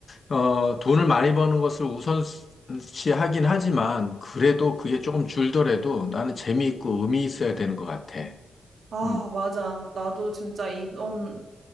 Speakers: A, on the left; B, on the right.
A: 어, 돈을 많이 버는 것을 우선시하긴 하지만, 그래도 그게 조금 줄더라도 나는 재미있고 의미 있어야 되는 것 같아.
B: 아,
A: 음,
B: 맞아. 나도 진짜 이번에